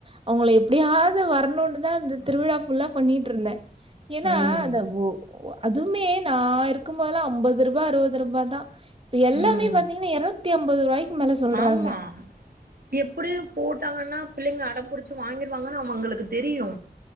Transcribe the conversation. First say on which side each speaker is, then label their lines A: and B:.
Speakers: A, on the right; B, on the right.
A: அவுங்கள எப்டியாவது வரணுன்னுதா அந்த திருவிழா ஃபுல்லா பண்ணிட்டுருந்தே ஏன்னா
B: ம்
A: அந்த ஓ அதுமே நான் இருக்கும்போதல்லாம் ஐம்பது ரூவா அறுவது ரூபா தான் இப்ப எல்லாமே
B: ம்
A: பாத்தீங்கன்னா இருநூத்திஐம்பது ரூபாய்கு மேல சொல்றாங்க.
B: ஆமா எப்டியு போட் ங்கன்னா பிள்ளைங்க அடம்பிடிச்சு வாங்கிருவாங்கன்னு அவுங்களுக்கு தெரியு